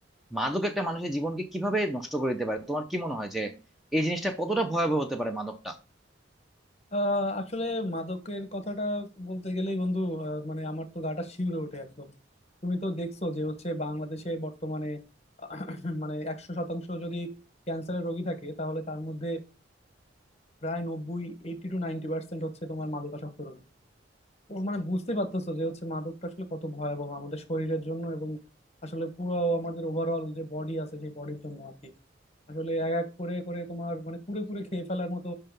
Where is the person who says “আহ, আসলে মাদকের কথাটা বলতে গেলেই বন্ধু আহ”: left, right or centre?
Left